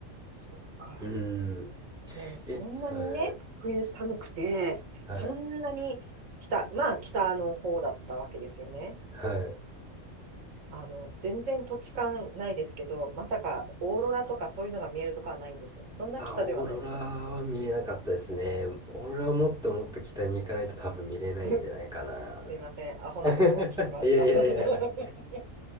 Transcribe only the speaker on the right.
そっか。
でもそんなにね、
冬寒くて、
そんなに北、まあ北の方だったわけですよね。
あの、全然土地勘ないですけど、まさかオーロラとかそういうのが見えるとかはないんですよね。そんな北ではないんですよね。
うん <laughs> すいません。アホなことを聞きました。
<laughs>